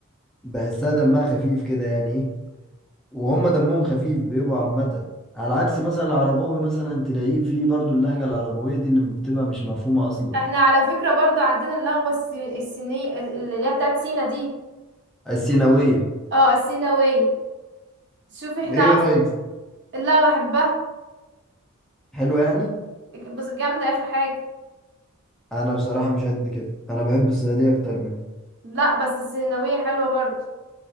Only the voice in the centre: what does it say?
بحسها دمها خفيف كده يعني ايه وهم دمهم خفيف بيبقوا عامة على عكس مثلا العرباوي مثلا تلاقيه فيه برضو اللهجة العربوية دي اللي بتبقى مش مفهومة أصلا
السيناوية
ايه رأيك
حلو يعني
انا بصراحة مش قد كده انا بحب الصعيدية اكتر منه